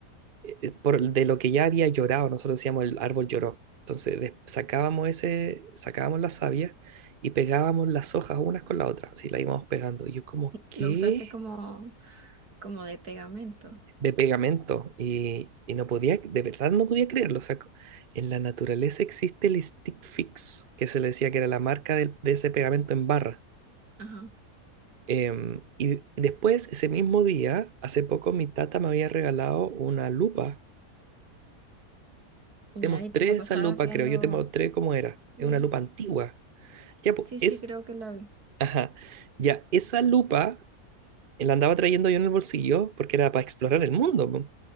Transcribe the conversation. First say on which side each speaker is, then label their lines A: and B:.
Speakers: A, on the right; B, on the right.
A: eh, eh, por, de lo que ya había llorado. Nosotros decíamos el árbol lloró. Entonces des- sacábamos ese, sacábamos la savia y pegábamos las hojas unas con la otra. Así la íbamos pegando. Y yo como, ¿qué?
B: Lo usaste como, como de pegamento.
A: de pegamento y, y no podía, de verdad no podía creerlo. O sea, co- en la naturaleza existe el Stick Fix, que se le decía que era la marca del- de ese pegamento en barra.
B: Ajá,
A: Em, y después, ese mismo día, hace poco mi tata me había regalado una lupa.
B: ya,
A: Te mostré
B: y te la pasabas
A: esa lupa,
B: viendo...
A: creo, yo te mostré cómo era.
B: Sí,
A: Es una lupa antigua. Ya, pues,
B: sí,
A: es,
B: sí, creo que la vi.
A: ajá, ya, esa lupa eh, la andaba trayendo yo en el bolsillo porque era para explorar el mundo. po.